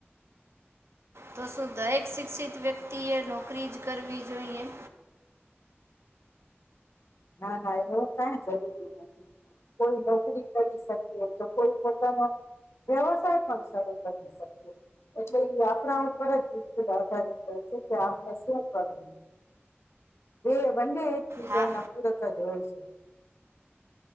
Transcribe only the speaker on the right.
તો શું દરેક શિક્ષિત વ્યક્તિએ નોકરી જ કરવી જોઈએ?
હા